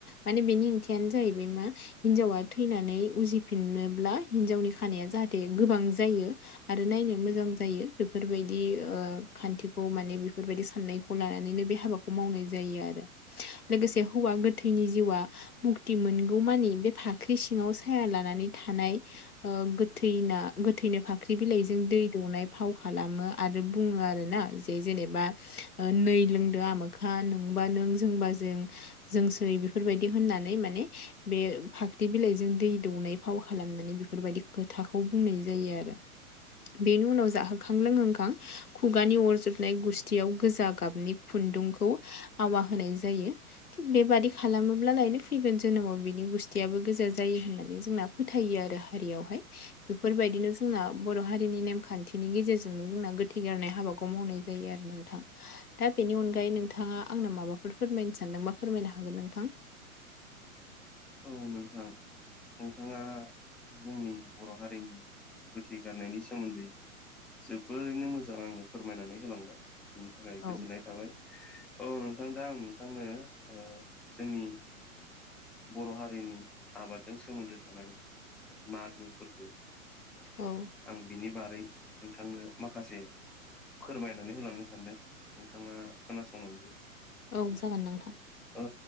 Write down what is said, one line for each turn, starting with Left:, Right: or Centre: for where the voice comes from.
Left: माने बेनि ओंथियानो जाहैबाय मा हिनजावा थैनानै उजिफिनोब्ला, हिनजावनि खानाया जाहाथे गोबां जायो। आरो नायनो मोजां जायो बेफोरबायदि ओ खान्थिखौ माने, बेफोरबायदि साननाय खौ लानानैनो बे हाबाखौ मावनाय जायो आरो लोगोसे हौवा गोथैनि जिउआ मुक्ति मोनगौमानि बे फाख्रि सिङाव साया लानानै थानाय ओ गोथैना गोथैनो फाख्रि बिलाइजों दै दौनाय फाव खालामो आरो बुङो आरो ना जे जेनेबा ओ नै लोंदो आमोखा नोंबा नों जोंबा जों जोंसै बेफोरबायदि होननानै माने बे फाख्रि बिलाइजों दै दौनाय फाव खालामनानै बेफोरबायदि खोथाखौ बुंनाय जायो आरो बेनि उनाव जाहोखां लोंहोखां खुगानि अरजोबनाय गुस्थियाव गोजा गाबनि खुन्दुंखौ आवा होनाय जायो। थिग बेबादि खालामोब्ला लायनो फैगोन जोनोमाव बिनि गुस्थियाबो गोजा जायो होननानै जोंना फोथायो आरो हारियावहाय बेफोरबायदिनो जोंना बर' हारिनि नेमखान्थिनि गेजेरजोंनो जोंना गोथै गारनाय हाबाखौ मावनाय जायो आरो नोंथां। दा बेनि अनगायै नोंथांङा आंनो माबाफोर फोरमायनो सानदोंबा फोरमायनो हागोन नोंथां।
Centre: औ नोंथां। नोंथांङा जोंनि बर' हारिनि गोथै गारनायनि सोमोन्दै। जोबोरैनो मोजां आंनो फोरमायनानै होलांबाय। बिनि थाखाय
Left: औ
Centre: गोजोननाय थाबाय औ नोंथां दा आं नोंथांनो ओ जोंनि बर' हारिनि आबादजों सोमोन्दो थानाय मागो फोरबो
Left: औ।
Centre: आं बिनि बारै नोंथांनो माखासे फोरमायनानै होलांनो सानदों नोंथांङा खोनासंलांदो।
Left: औ जागोन नोंथां।
Centre: ओ